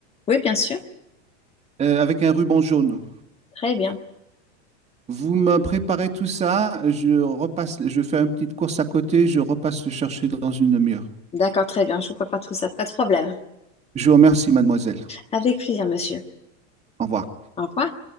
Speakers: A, on the left (about 15°); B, on the right (about 20°).
A: oui, bien sûr.
B: euh, avec un ruban jaune.
A: Très bien.
B: Vous me préparez tout ça, je repasse, je fais une petite course à côté, je repasse le chercher dans une demi-heure.
A: D'accord, très bien. Je vous prépare tout ça. Pas de problème.
B: Je vous remercie, mademoiselle.
A: Avec plaisir, monsieur.
B: Au revoir.
A: Au revoir.